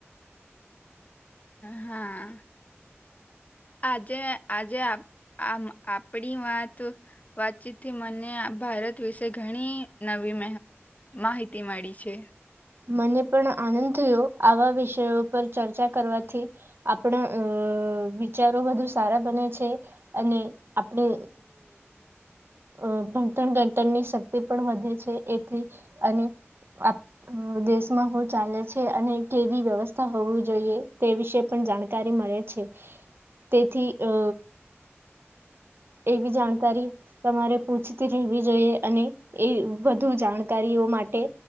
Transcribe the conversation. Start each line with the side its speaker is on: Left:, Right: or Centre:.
Left: હા આજે આજે આમ આપડી વાત વાતચીતથી મને આ ભારત વિશે ઘણી નવી મેહ માહિતી મળી છે.
Right: મને પણ આનંદ થયો આવા વિષયો પર ચર્ચા કરવાથી આપણા અ વિચારો વધુ સારા બને છે અને આપણે અ ભણતણ ગણતણની શક્તિ પણ વધે છે એથી અને આપ દેશમાં હું ચાલે છે અને કેવી વ્યવસ્થા હોવી જોઈએ તે વિશે પણ જાણકારી મળે છે તેથી અ એવી જાણકારી તમારે પૂછતી રેહેવી જોઈએ અને એ વધુ જાણકારીઓ માટે